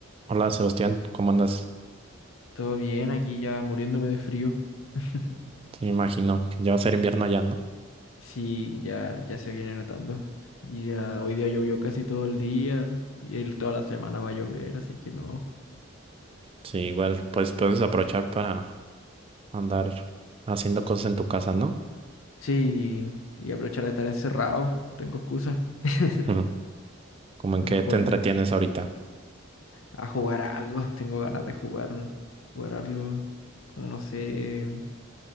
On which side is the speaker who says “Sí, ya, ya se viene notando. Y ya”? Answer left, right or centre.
Left